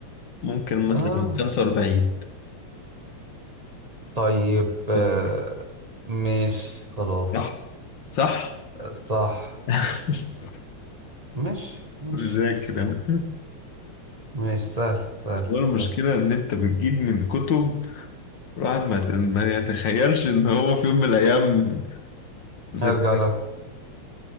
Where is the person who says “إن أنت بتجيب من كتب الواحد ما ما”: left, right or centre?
Left